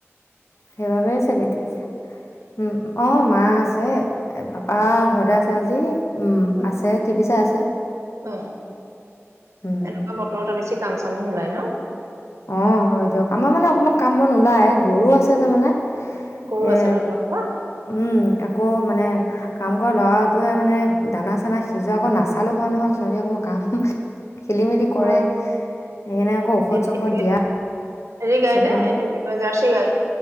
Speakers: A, on the left; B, on the right.
A: সেইবাবেই চাগে দি আছে। উম, অ', মা মা আছে, পাপা ঘৰতে আছে আজি উম,
B: অ
A: আছে টিভি চাই আছে,
B: অ
A: উম।
B: এনেকুৱা বতৰত বেছি কাম চামো নোলাই ন।
A: অ', হয় দিয়ক। আমাৰ মানে অকমান কাম বন ওলায়, গৰু আছে যে মানে।
B: গৰু
A: এ
B: আছে ন তোমালোকৰ?
A: উম, আকৌ মানে, কাম কৰা ল'ৰাটোৱে মানে দানা চানা সিজোৱা আকৌ নাচালেও হয় নহয় সিহঁতি অকমান কাম, খেলি মেলি কৰে।
B: অ
A: সেইকাৰণে আকৌ ঔষধ চৌষধ
B: হেৰি
A: দিয়া
B: গাই
A: চব
B: নে
A: মানে
B: এইটো কি কয় জাৰ্চি গাই?